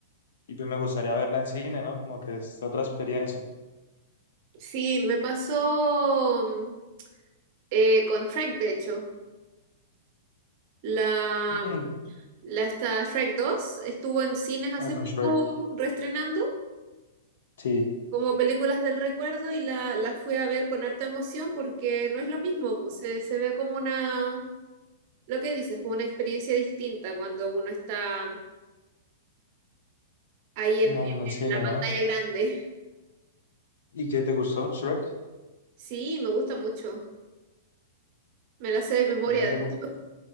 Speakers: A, on the left; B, on the right.
A: Y pues me gustaría verla en cine, ¿no? Como que es otra experiencia.
B: Sí, me pasó mm, eh, con Shrek, de hecho. La,
A: <clears throat>
B: La está Shrek dos estuvo en cines hace
A: Ah, con
B: poco
A: Shrek,
B: reestrenando
A: sí,
B: como películas del recuerdo y la, la fui a ver con harta emoción porque no es lo mismo, pues, se, se ve como una, lo que dices, fue una experiencia distinta cuando uno está ahí en,
A: en,
B: en-
A: en el cine,
B: en la pantalla
A: ¿no?
B: grande.
A: ¿Y qué te gustó, Shrek?
B: Sí, me gusta mucho, me la sé de memoria,
A: Que ahí me,
B: de
A: gu-
B: hecho,